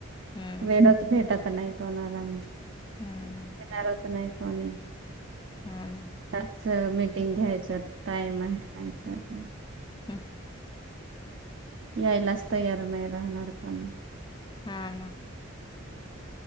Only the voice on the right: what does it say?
वेळच भेटत नाही कोणाला मग
येेणारच नाही हो
त्याच मीटिंग घ्यायचं टाईम आहे अ
यायलाच तयार नाही राहणार कोणी